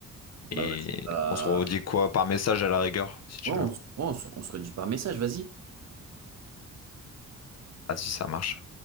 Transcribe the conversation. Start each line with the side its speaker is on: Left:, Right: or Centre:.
Right: Bah,
Left: et
Right: vas-y, bah,
Left: on se redit quoi par message à la rigueur, si tu
Right: ouais, on,
Left: veux.
Right: se on se- on se redit par message, vas-y.
Left: Vas-y, ça marche.